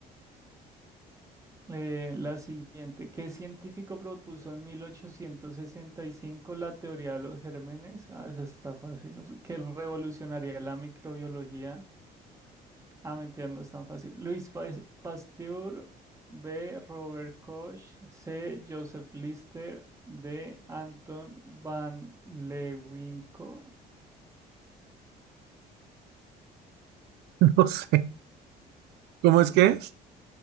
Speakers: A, on the right; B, on the right.
A: Eh, la siguiente, ¿qué científico propuso en 1865 la teoría de los gérmenes? Ah, esa está fácil, Re- que revolucionaría la microbiología. Ah, mentira, no es tan fácil. Luis Pais- Pasteur, B. Robert Koch, C. Joseph Lister, D. Anton van Leeuwenhoek.
B: <laughs> No sé. ¿Cómo es que es?